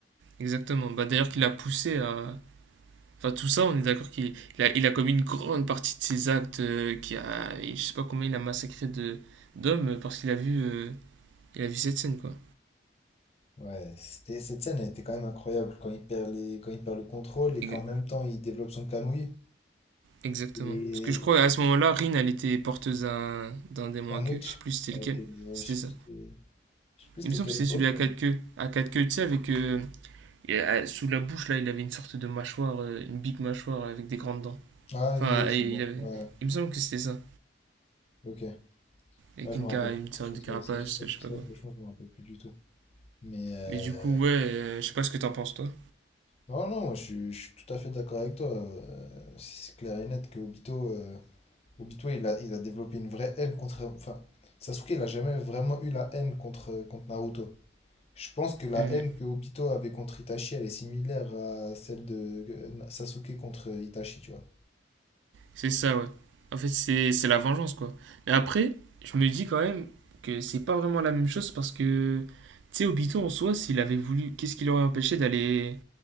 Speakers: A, on the right (about 70°); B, on the left (about 30°).
A: Exactement. Bah, d'ailleurs, qu'il a poussé à. Enfin, tout ça, on est d'accord qu'il il a, il a commis une grande partie de ses actes, euh, qui a, et je sais pas combien il a massacré de d'hommes euh, parce qu'il a vu, euh, il a vu cette scène, quoi.
B: Ouais, c'était, cette scène, elle était quand même incroyable quand il perd les, quand il perd le contrôle et qu'en
A: Ex-
B: même temps il développe son camouille.
A: Exactement.
B: Et
A: Parce que je crois à ce moment-là, Rin, elle était porteuse d'un d'un démon
B: un
A: à queue.
B: autre,
A: Je sais plus si c'était
B: elle
A: lequel.
B: était, ouais,
A: C'était
B: je sais plus,
A: ça.
B: c'était- je sais plus c'était
A: Il me semble
B: quel
A: que c'était
B: autre.
A: celui à quatre queues. À quatre queues, tu sais, avec euh, et, euh, sous la bouche là, il avait une sorte de mâchoire, euh, une big mâchoire avec des grandes dents.
B: Ah
A: Enfin,
B: oui, oui, oui, c'est
A: et il
B: bon,
A: avait.
B: ouais,
A: Il me semble que c'était ça,
B: ok.
A: avec
B: Ah, je
A: une,
B: me rappelle
A: cara- une
B: plus, franchement,
A: sorte de carapace,
B: ça, ça, ça,
A: je sais
B: ça,
A: pas quoi.
B: franchement, je me rappelle plus du tout. Mais euh,
A: Mais du coup, ouais, euh, je sais pas ce que t'en penses, toi.
B: non, non, moi, je suis, je suis tout à fait d'accord avec toi. Euh, C'est clair et net que Obito. euh, Obito, il a, il a développé une vraie haine contre. Enfin, Sasuke, il a jamais vraiment eu la haine contre, contre Naruto. Je pense que la
A: Euh,
B: haine que Obito avait contre Itachi, elle est similaire à celle de euh, Sasuke contre Itachi, tu vois.
A: c'est ça, ouais. En fait, c'est c'est la vengeance, quoi. Mais après, je me dis quand même que c'est pas vraiment la même chose parce que, tu sais, Obito en soi, s'il avait voulu, qu'est-ce qui l'aurait empêché d'aller.